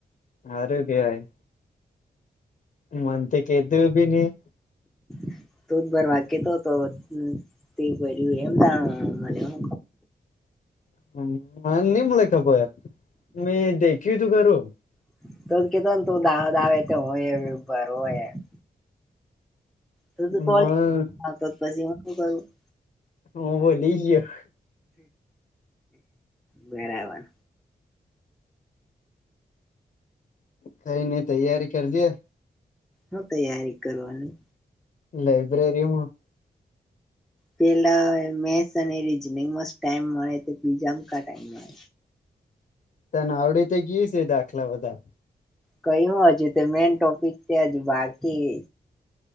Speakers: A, on the left; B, in the centre.
A: હારું કેવાય મન તે કેધુભી ની
B: <unintelligible>
A: <unintelligible>
B: <unintelligible> તુ તુ
A: મન
B: કોલેજમા પછી હુ શું કરું <inaudible>
A: હું બોલી ગયો
B: બરાબર.
A: કઈ ની તૈયારી કર જે
B: હુ તૈયારી કરવાની?
A: લાઈબ્રરીમાં
B: પેલા મેથ્સ અને રીઝનિંગ મસ ટાઈમ મળે તો બીજામ કા ટાઈમ મળે
A: તને આવડી તો ગી છે, દાખલા બધા
B: કયું હજુ તે મેન ટોપિક તેજ બાકી